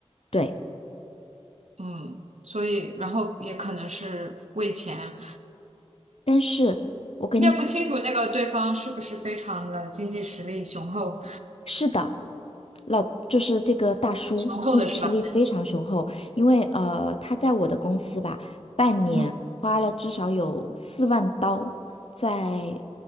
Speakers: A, on the left; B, on the right.
A: 对，
B: 嗯，所以然后也可能是为钱，
A: 但是。我跟你。
B: 你也不清楚那个对方是不是非常的经济实力雄厚，
A: 是的，老就是这个大叔经济实力非常雄厚，
B: 雄厚的是吧？
A: 因为呃他在我的公司吧，半年花了至少有四万刀在
B: 嗯，